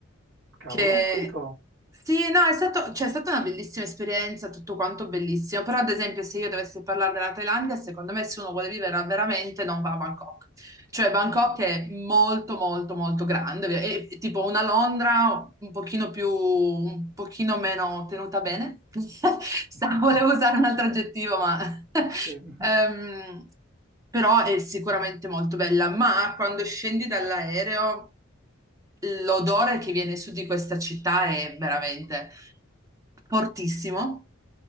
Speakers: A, on the right; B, on the right.
A: Cavolo,
B: Che
A: fico.
B: sì, no, è stato, cioè, è stata una bellissima esperienza, tutto quanto bellissimo. Però, ad esempio, se io dovessi parlare della Thailandia, secondo me, se uno vuole vivere veramente, non va a Bangkok. Cioè Bangkok è molto molto molto grande, ovvia- è è tipo una Londra un pochino più, un pochino meno tenuta bene. <laughs> Stavo-
A: <laughs>
B: volevo usare un altro aggettivo, ma... <laughs>
A: Sì.
B: ehm, però è sicuramente molto bella, ma quando scendi dall'aereo l'odore che viene su di questa città è veramente fortissimo.